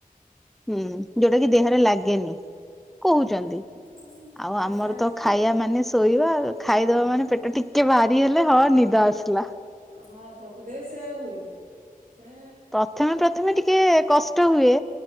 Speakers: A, in the centre; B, on the right.
A: ହୁଁ ଯୋଉଟା କି ଦେହରେ ଲାଗେନି କହୁଚନ୍ତି।
B: ହଁ
A: ଆଉ ଆମର
B: ଚାଲିଛି
A: ତ ଖାଇବା ମାନେ ଶୋଇବା ଖାଇଦବା
B: ହଁ
A: ମାନେ ପେଟ ଟିକେ ଭାରି ହେଲେ ହଁ ନିଦ ଆସିଲା।
B: ହଁ ପ୍ରକୃତରେ ସେୟା ହୁଏ ହେ
A: ପ୍ରଥମେ ପ୍ରଥମେ ଟିକେ କଷ୍ଟ ହୁଏ